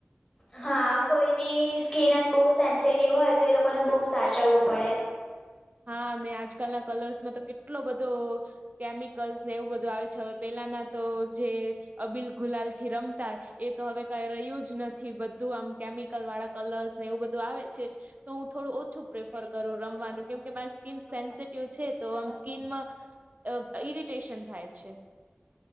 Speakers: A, on the left; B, on the right.
A: હા કોઈની સ્કીિન આમ બહુ સેન્સિટિવ હોય તો એ લોકોને બહુ સાચવવું પડે
B: હા આજકાલના કલર્સમાં તો કેટલો બધો કેમિકલ્સ ને એવું બધું આવે છે હવે પેલાના તો જે અબીલ ગુલાલ થી રમતા એ તો હવે કઈ રહ્યું જ નથી બધું આમ કેમિકલ વાળા કલર્સ ને એવું બધું આવે છે તો હું થોડું ઓછું પ્રેફર કરું રમવાનું કેમ કે મારી સ્કીન સેન્સિટિવ છે તો આમ સ્કીનમાં ઈરિટેશન થાય છે